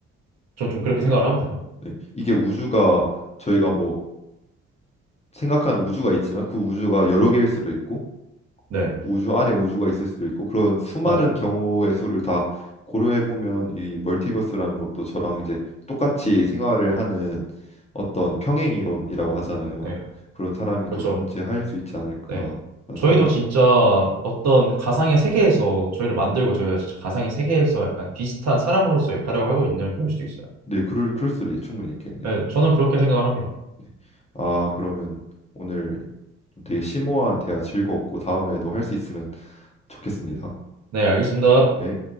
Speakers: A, on the right; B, on the left.
A: 저는 좀 그렇게 생각을 하거든요.
B: 네. 이게 우주가 저희가 뭐 생각하는 우주가 있지만 그 우주가 여러 개일 수도 있고
A: 네,
B: 우주 안에 우주가 있을 수도 있고 그런 수많은
A: 맞죠.
B: 경우의 수를 다 고려해 보면 이 멀티버스라는 것도 저랑 이제 똑같이 생활을 하는 어떤 평행이론이라고 하잖아요.
A: 네,
B: 그런 사람이
A: 그렇죠.
B: 또 존재할 수 있지 않을까라는
A: 네. 저희도
B: 생각이
A: 진짜
B: 드네요.
A: 어떤 가상의 세계에서 저희를 만들고 저희가 진짜 가상의 세계에서 약간 비슷한 사람으로서 역할을 하고 있는 걸 수도 있어요.
B: 네, 그럴 그럴 수도 충분히 있겠네요.
A: 네, 저는 그렇게 생각을 합니다.
B: 네. 아, 그러면 오늘 좀 되게 심오한 대화 즐거웠고 다음에도 할 수 있으면 좋겠습니다.
A: 네, 알겠습니다.
B: 네.